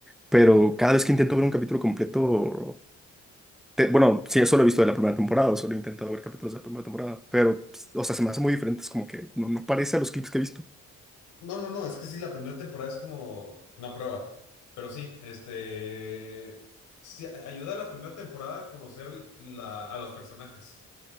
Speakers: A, in the centre; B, on the left (about 80°).
A: pero cada vez que intento ver un capítulo completo, te- bueno, sí, solo he visto de la primera temporada, solo he intentado ver capítulos de la primera temporada, pero, pues, o sea, se me hace muy diferente, es como que no, no parece a los clips que he visto,
B: No, no, no, es que sí, la primera temporada es como una prueba. Pero sí, este, sí, a- ayuda a la primera temporada a conocer la, a los personajes.